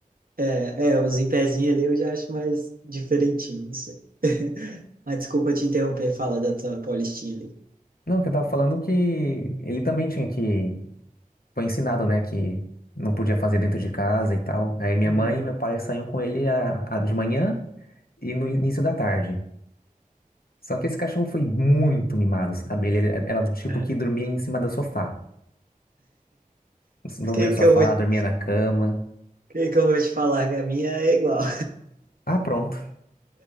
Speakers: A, on the right; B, on the left.
A: é, é, os em pezinho ali eu já acho mais diferentinho, não sei. <laughs> Mas desculpa te interromper, fala da tua Paulistinha ali.
B: Não, que eu tava falando que ele também tinha que. Foi ensinado, né, que não podia fazer dentro de casa e tal. Aí minha
A: Uhum.
B: mãe e meu pai saíam com ele a, a- de manhã e no início da tarde. Só que esse cachorro foi muito mimado, sabe? Ele ele era do tipo
A: É.
B: que dormia em cima do sofá. Dormia
A: O que
B: no sofá,
A: que eu vou, o
B: dormia na cama.
A: que que eu vou te falar, que a minha é igual.
B: Ah, pronto.